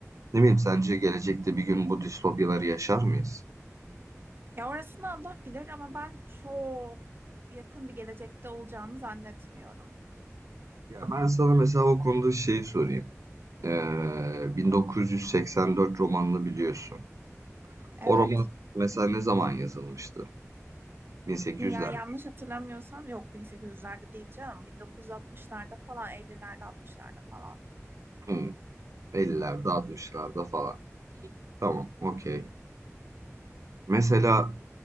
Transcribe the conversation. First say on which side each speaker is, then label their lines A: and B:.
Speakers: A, on the right; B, on the right.
A: Ne bileyim sence gelecekte bir gün bu distopyaları yaşar mıyız?
B: Ya orasını Allah bilir ama ben çok yakın bir gelecekte olacağını zannetmiyorum.
A: Ya ben sana mesela o konuda şeyi sorayım. Ee, 1984 romanını biliyorsun.
B: Evet.
A: O roman mesela ne zaman yazılmıştı? 1800'lerde,
B: Ya yanlış hatırlamıyorsam yok 1800'lerde değil canım. 1960'larda falan, 50'lerde, 60'larda falan.
A: hmm, 50'lerde, 60'larda falan. Tamam, okey. Mesela